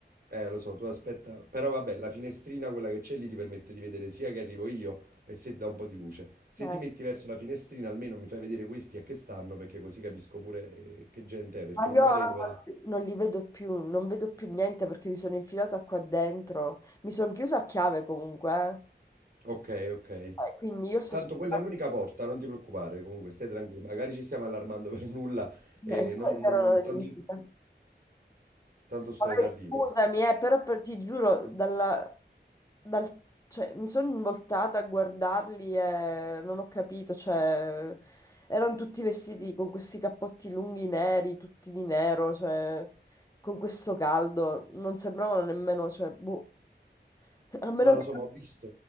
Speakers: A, on the right; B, on the left.
A: eh, lo so, tu aspetta, però vabbè, la finestrina, quella che c'è lì, ti permette di vedere sia che arrivo io e se ti dà un po' di luce. Se
B: Ok.
A: ti metti verso la finestrina, almeno mi fai vedere questi a che stanno, perché così capisco pure eh, che gente è, perché
B: Ma
A: non
B: io
A: vorrei
B: ora
A: dover...
B: non li vedo più, non vedo più niente perché mi sono infilata qua dentro. Mi sono chiusa a chiave comunque.
A: Ok, ok.
B: eh. Eh, Quindi io sto
A: Tanto
B: aspettando.
A: quella è l'unica porta, non ti preoccupare, comunque stai tranquillo. Magari ci stiamo allarmando per nulla e
B: eh,
A: non, non-
B: erano degli
A: tanto,
B: infilati.
A: tanto sto
B: Vabbè,
A: in arrivo.
B: scusami, eh, però per- ti giuro, dalla- dal- cioè, mi sono voltata a guardarli e non ho capito, cioè, erano tutti vestiti con questi cappotti lunghi neri, tutti di nero, cioè, con questo caldo, non sembravano nemmeno, cioè, boh, <laughs> a meno
A: Non lo
B: che...
A: so, ma ho visto.